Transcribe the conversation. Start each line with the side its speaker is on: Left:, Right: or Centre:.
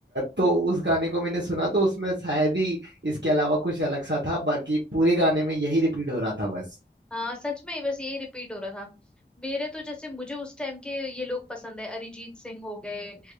Right: तो उस गाने को मैंने सुना तो उसमें शायद ही इसके अलावा कुछ अलग सा था बाकी पूरे गाने में यही रिपीट हो रहा था बस
Centre: हाँ सच में बस यही रिपीट हो रहा था मेरे तो जैसे मुझे उस टाइम के ये लोग पसंद है अरिजीत सिंह हो गए